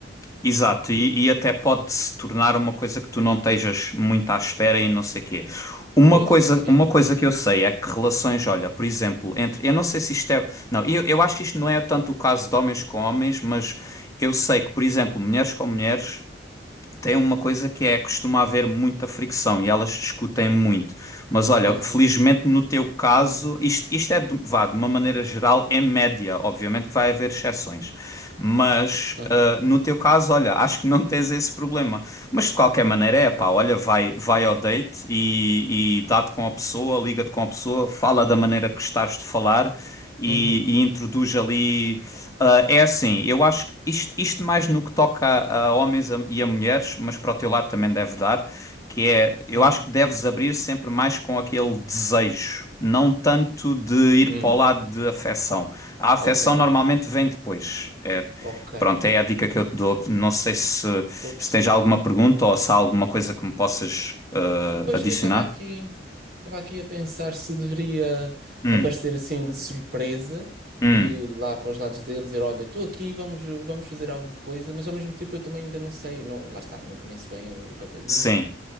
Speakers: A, on the left; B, on the right.
A: Exato, e, e até pode se tornar uma coisa que tu não estejas muito à espera e não sei quê. Uma
B: Pois,
A: coisa,
B: pois, já.
A: uma coisa que eu sei é que relações, olha, por exemplo, entre. Eu não sei se isto é. Não, eu, eu acho que isto não é tanto o caso de homens com homens, mas eu sei que, por exemplo, mulheres com mulheres tem uma coisa que é costuma haver muita fricção e elas discutem muito. Mas olha,
B: Aham,
A: felizmente no teu caso, isto, isto é, de- vá, de uma maneira geral, é média. Obviamente que vai haver exceções, mas.
B: aham.
A: Ah, no teu caso, olha, acho que não tens esse problema. Mas de qualquer maneira, é pá, olha, vai, vai ao date e, e dá-te com a pessoa, liga-te com a pessoa, fala da maneira que gostares de falar e,
B: Uhum,
A: e introduz ali. ah, é assim, eu acho que isto, isto mais no que toca a, a homens e a mulheres, mas para o teu lado também deve dar, que é, eu
B: uhum,
A: acho que deves abrir sempre mais com aquele desejo, não tanto de ir
B: hum,
A: para o lado de afecção. A afecção
B: ok,
A: normalmente vem depois. É,
B: ok,
A: pronto, é a dica que eu te dou. Não sei se,
B: estou a perceber.
A: se tens alguma pergunta ou se há alguma coisa que me possas eh,
B: Pois
A: adicionar.
B: eu estava aqui, estava aqui a pensar se deveria
A: Hum,
B: aparecer assim de surpresa
A: hum,
B: e lá para os lados deles dizer, olha, estou aqui, vamos, vamos fazer alguma coisa, mas ao mesmo tempo eu também ainda não sei, não, lá está, não conheço bem o, o rapazinho,
A: sim,